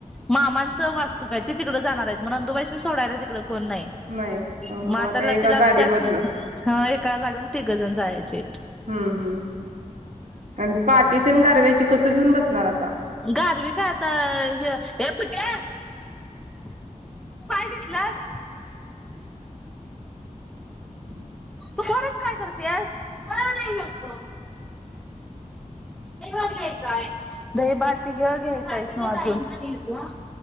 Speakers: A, in the centre; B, on the right (about 65°).
A: मामांच वास्तुक हाय ते तिकडे जाणार आहेत मग नंदूबाईसनी सोडायला तिकड कोण नाही
B: नाही हा
A: मग आता ला
B: एका
A: तिला,
B: गाडीवरनं
A: त्यास्नी ह एक एका गाडीवरन तिघजण जायची हायत.
B: हम हम, आणि पाटी तेन गारव्याची कसं घेऊन बसणार आता?
A: गारवी काय आता, ह ये पूजा! तू काय घेतलास?
B: <inaudible>
A: तू खरंच काय करत्यातस? पळू नाही शकतो. निवद घ्यायचा हाय, दही भात ते हे घ्यायच आहेस तू अजून!